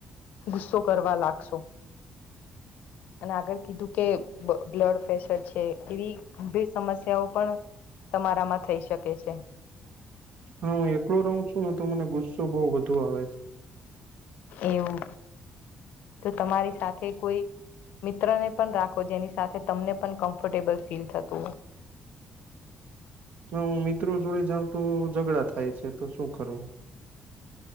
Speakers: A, on the left; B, on the right.
A: ગુસ્સો કરવા લાગશો. અને આગળ કીધું કે બ્લડ પ્રેશર છે એવી ગંભીર સમસ્યાઓ પણ તમારામાં થઈ શકે છે.
B: હા હું એકલો રહું છું ને તો મને ગુસ્સો બહઉ વધુ આવે છે
A: એવું તો તમારી સાથે કોઈ મિત્રને પણ રાખો જેની સાથે તમને પણ કમ્ફર્ટેબલ ફીલ થતું. <inaudible>
B: હ હું મિત્રો જોડે જાઉં તો ઝઘડા થાય છે, તો શું કરું?